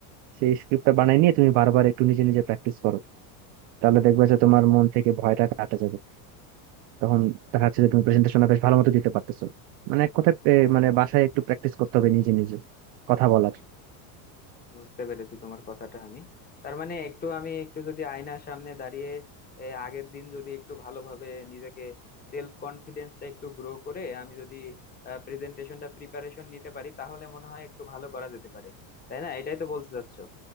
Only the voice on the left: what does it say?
বুঝতে পেরেছি তোমার কথাটা আমি তার মানে একটু আমি একটু যদি আয়নার সামনে দাঁড়িয়ে এ, আগের দিন যদি একটু ভালোভাবে নিজেকে সেলফ কনফিডেন্সটা একটু গ্রো করে আমি যদি প্রেজেন্টেশনটা প্রিপারেশন নিতে পারি তাহলে মনে হয় একটু ভালো করা যেতে পারে তাই না এটাই তো বলতে চাচ্ছো